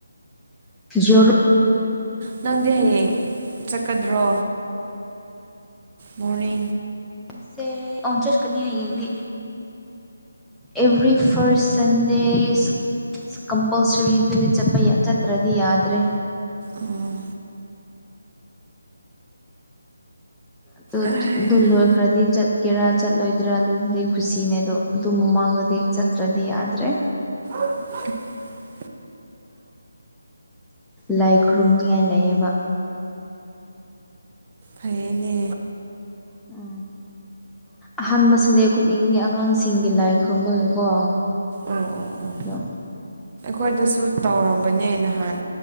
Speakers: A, in the centre; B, on the right.
A: ꯖꯔꯣ
B: ꯅꯪꯗꯤ ꯍꯌꯦꯡ ꯆꯠꯀꯗ꯭ꯔꯣ ꯃꯣꯔ
A: ꯁꯦ ꯑꯣꯟ ꯆꯁꯀꯅꯤ ꯍꯥꯏ ꯏꯗꯤ ꯑꯦꯚ꯭ꯔꯤ ꯐꯣꯔ ꯁꯟꯗꯦ ꯏꯁ ꯀꯝꯄꯜꯁꯔꯤꯗꯨꯗꯤꯄ ꯆꯠꯇ꯭ꯔꯗꯤ ꯌꯥꯗ꯭ꯔꯦ
B: ꯎꯝ
A: ꯑꯗꯨ
B: ꯑꯣ
A: ꯗꯨ ꯂꯣꯏ ꯈ꯭ꯔꯗꯤ ꯆꯠꯀꯦꯔꯥ ꯆꯠꯂꯣꯏꯗ꯭ꯔꯥ ꯑꯗꯨꯗꯤ ꯈꯨꯁꯤꯅꯦ ꯑꯗꯣ ꯑꯗꯨ ꯃꯃꯥꯡꯗꯗꯤ ꯆꯠꯇ꯭ꯔꯗꯤ ꯌꯥꯗ꯭ꯔꯦ
B: <unintelligible>
A: ꯂꯥꯏ ꯈꯨꯔꯨꯝꯅꯤꯉꯥꯏ ꯂꯩꯌꯦꯕ
B: ꯐꯩꯌꯦꯅꯦ
A: ꯑ ꯑꯍꯥꯟꯕ ꯁꯟꯗꯦ ꯈꯨꯗꯤꯡꯒꯤ ꯑꯉꯥꯡꯁꯤꯡꯒꯤ ꯂꯥꯏ ꯈꯨꯔꯨꯝꯕꯒꯤꯀꯣ
B: ꯑꯣ ꯑꯣ ꯑꯣ
A: ꯑꯗ
B: ꯑꯩꯈꯣꯏꯗꯁꯨ ꯇꯧꯔꯝꯕꯅꯦ ꯅꯍꯥꯟ